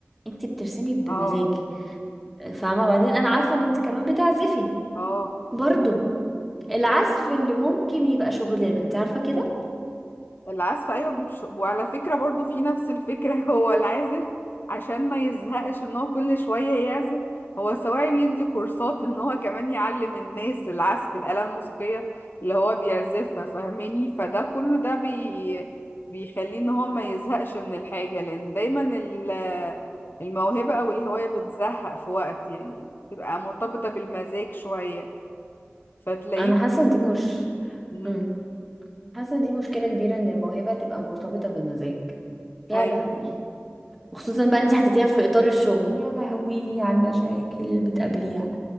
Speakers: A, in the centre; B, on the left.
A: انت بترسمي بمزاج
B: اه
A: فاهمة بعدين انا عارفة ان انت كمان بتعزفي
B: اه
A: برضو العزف اللي ممكن يبقى شغلانة انت عارفة كده
B: العزف ايوه بيبش... وعلى فكره برضو في نفس الفكره <laughs> هو العازف عشان ما يزهقش ان هو كل شويه يعزف هو سواء بيدي كورسات ان هو كمان يعلم الناس العزف الاله الموسيقيه اللي هو بيعزفها فاهماني فده كله ده بي... بيخليه ان هو ما يزهقش من الحاجه لان دايما ال... الموهبه او الهوايه بتزهق في وقت يعني بتبقى مرتبطه بالمزاج شويه فتلاقيه
A: انا حاسة ان دي مش
B: مم.
A: مم. حاسة ان دي مشكلة كبيرة ان الموهبة تبقى مرتبطة بالمزاج يا
B: ايوه
A: لهوي وخصوصا بقى انت حطيتيها في اطار الشغل يا لهوي على المشاكل اللي بتقابليها